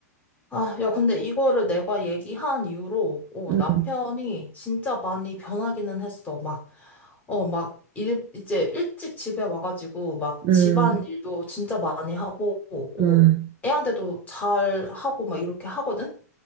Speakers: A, on the left; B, on the right.
A: 아, 야, 근데 이거를 내가 얘기한 이후로, 어,
B: 응,
A: 남편이 진짜 많이 변하기는 했어. 막, 어, 막, 일, 이제 일찍 집에 와가지고, 막,
B: 응,
A: 집안 일도 진짜 많이 하고, 어,
B: 응,
A: 애한테도 잘 하고, 막, 이렇게 하거든?